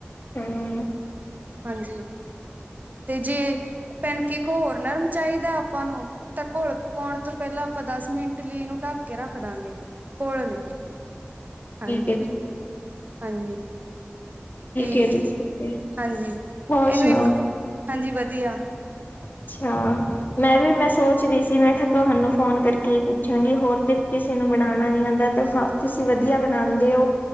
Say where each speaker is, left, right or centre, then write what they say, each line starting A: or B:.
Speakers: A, on the left; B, on the right.
A: ਹੂੰ।
B: ਹਾਂਜੀ, ਤੇ ਜੇ ਪੈਨਕੇਕ ਹੋਰ ਨਰਮ ਚਾਈਦਾ ਆਪਾਂ ਨੂੰ ਤਾਂ ਘੋਲ ਪਕਾਉਣ ਤੋਂ ਪੈਲਾਂ ਆਪਾਂ ਦਸ ਮਿੰਟ ਲਈ ਏਨੂੰ ਢੱਕ ਕੇ ਰੱਖ ਦਾਂਗੇ। ਘੋਲ ਨੂੰ, ਹਾਂਜੀ-ਹਾਂਜੀ।
A: ਹੈ ਜੀ
B: ਠੀਕ
A: ਹੈ ਜੀ
B: ਐ,
A: ਹੈ।
B: ਹਾਂਜੀ,
A: ਹੋਰ
B: ਏਨੂੰ
A: ਸੁਣਾਓ?
B: ਇੱਕ ਹਾਂਜੀ ਵਧੀਆ।
A: ਅੱਛਾ, ਮੈਂ ਵੀ ਮੈਂ ਸੋਚ ਰੀ ਸੀ ਮੈਂ ਕੇਯਾ ਤੁਹਾਨੂੰ ਫ਼ੋਨ ਕਰਕੇ ਹੀ ਪੁੱਛਾਂਗੀ, ਹੋਰ ਤਾਂ ਕਿਸੇ ਨੂੰ ਬਣਾਣਾ ਨਈਂ ਆਂਦਾ ਤੁਸੀਂ ਵਧੀਆ ਬਣਾਦੇਓ